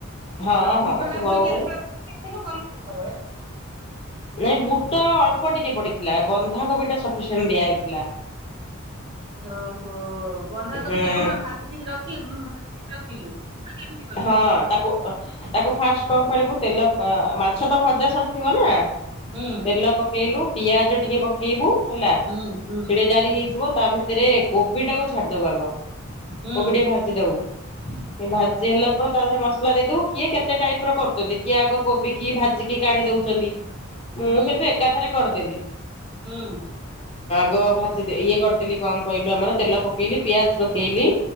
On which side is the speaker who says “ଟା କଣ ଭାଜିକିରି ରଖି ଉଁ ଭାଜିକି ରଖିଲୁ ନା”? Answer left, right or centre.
Right